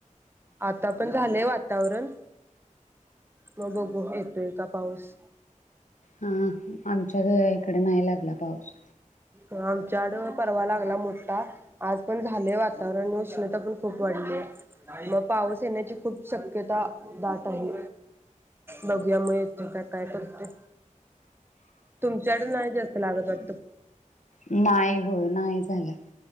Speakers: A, on the right (about 15°); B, on the left (about 65°).
A: आता पण झालय वातावरण मग बघू येतोय का पाऊस?
B: हा हम्म आमच्या ग इकड नाही लागला. पाऊस.
A: आ आमच्याडू परवा लागला मोठा आज पण झालय वातावरण उष्णता पण खूप वाढली आहे. मग पाऊस येण्याची खूप शक्यता दाट आहे. बघुया मिळेल. तर काय? काय करतोय? तुमच्याकड नाही जास्त लागत वाट
B: नाही हो नाही जा झालं